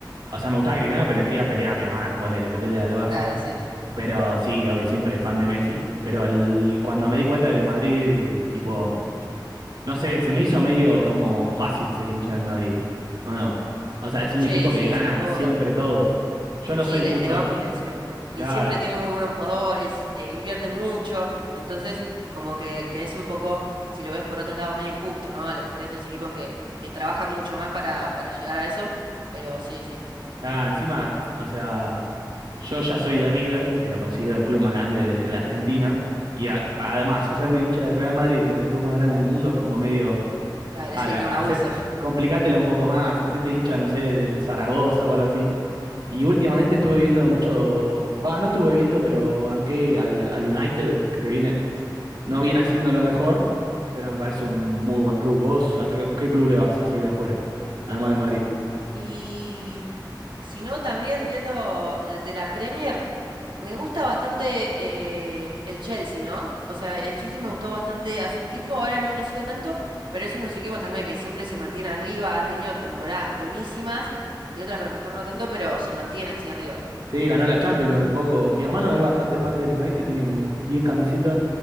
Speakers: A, on the right (about 65°); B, on the right (about 80°).
A: o sea, me gustaba Cristiano, pero le quería pelear a mi hermano, ponele, porque él era del Barça.
B: Claro, sí, sí.
A: Pero sí, obvio, siempre fan de Messi. Pero el- cuando me di cuenta que el Madrid, tipo, No sé, se me hizo medio como fácil ser hincha del Madrid, ¿o no? O sea, es un
B: Sí,
A: equipo que
B: sí,
A: gana
B: sin duda.
A: siempre todo. Yo no
B: Sí,
A: soy
B: le,
A: mucho,
B: le va muy bien siempre. Y
A: cada,
B: siempre tiene muy buenos jugadores, eh, invierten mucho, entonces como que, que es un poco, si lo ves por otros lados, medio injusto, ¿no? A lo mejor hay otros equipos que, que trabajan mucho más para, para llegar a eso, pero sí, sí,
A: cada, encima, o sea, yo ya soy de River, que lo considero el club más grande de, de Argentina, y a- además hacerme hincha del Real Madrid, que es el club más grande del mundo, es como medio,
B: claro,
A: dale,
B: <laughs> tiene un
A: hacétela-
B: abuso. <laughs>
A: complicátela un poco más, hacete hincha, no
B: Sí.
A: sé, del Zaragoza o algo así. Y últimamente estuve viendo mucho, va, no estuve viendo, pero banqué al, al United, que le viene No
B: Ujú.
A: viene haciendo lo mejor, pero me parece un muy buen club. ¿Vos a qué, qué club le vas así de afuera? Además del Madrid.
B: Y si no, también viendo eh, de la Premier, me gusta bastante eh, el Chelsea, ¿no? O sea, el Chelsea me gustó bastante hace un tiempo, ahora no lo sigo tanto, pero es uno de los equipos también que siempre se mantiene arriba, ha tenido temporadas buenísimas y otras que a lo mejor no tanto, pero se mantiene hacia arriba.
A: Sí, ganó la Champions hace poco. Mi hermano es bastante fan del United, tiene como 10 camisetas.